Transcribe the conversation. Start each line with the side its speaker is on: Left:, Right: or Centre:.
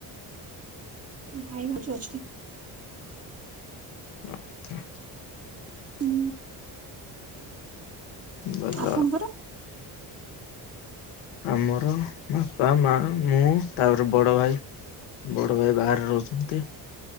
Right: ଭାଇ, ଭାଉଜ ଅଛନ୍ତି।
Left: ଆଚ୍ଛା।
Right: ହୁଁ
Left: ଗଲ।
Right: ଆପଣଙ୍କର?
Left: ଆମର ବାପା ମା ମୁଁ ତାପରେ ବଡ ଭାଇ‌। ବଡ ଭାଇ ବାହାରେ ରହୁଚନ୍ତି।